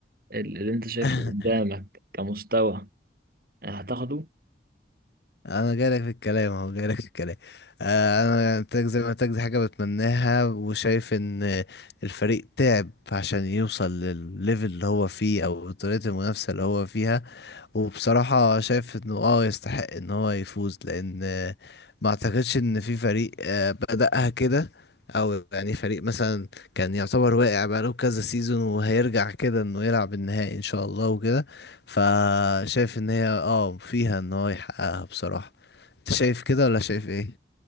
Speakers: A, on the right; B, on the left.
A: ال- اللي انت شايفه
B: <laughs>
A: قدامك كمستوى هتاخده
B: انا جايلك في الكلام اهو جايلك في الكلام آه، انا يعني تاك زي ما تاك دي حاجه بتمناها وشايف ان آه، الفريق تعب عشان يوصل للليفل اللي هو فيه او طريقه المنافسه اللي هو فيها وبصراحه شايف انه اه يستحق ان هو يفوز لان آه، ما اعتقدش ان في فريق آه، بدأها كده او يعني فريق مثلا كان يعتبر واقع بقاله كذا سيزون وهيرجع كده انه يلعب النهائي ان شاء الله وكده فشايف ان هي اه فيها ان هو يحققها بصراحه انت شايف كده ولا شايف ايه